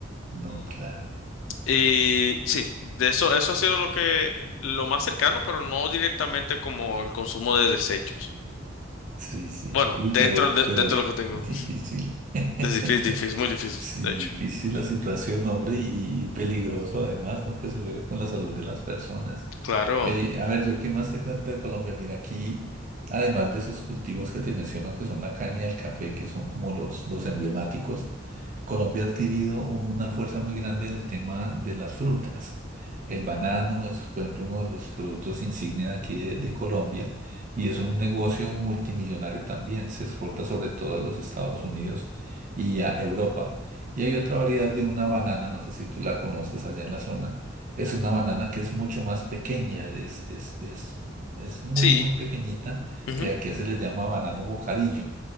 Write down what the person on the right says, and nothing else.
no, claro.
Sí, sí.
Uy,
pero,
pero
difícil.
<laughs>
Sí,
difícil
la situación, hombre, y, y peligroso además, ¿no? Que se juega con la salud de las personas.
Eh, a ver, yo qué más te cuento de Colombia. Mira, aquí, además de esos cultivos que te menciono, que son la caña y el café, que son como los, los emblemáticos, Colombia ha adquirido una fuerza muy grande en el tema de las frutas. El banano es, por ejemplo, uno de los productos insignia de aquí de, de Colombia y es un negocio multimillonario también. Se exporta sobre todo a los Estados Unidos y a Europa. Y hay otra variedad de una banana, no sé si tú la conoces allá en la zona. Es una banana que es mucho más pequeña, es, es, es, es muy,
muy pequeñita,
que aquí se le llama banano bocadillo.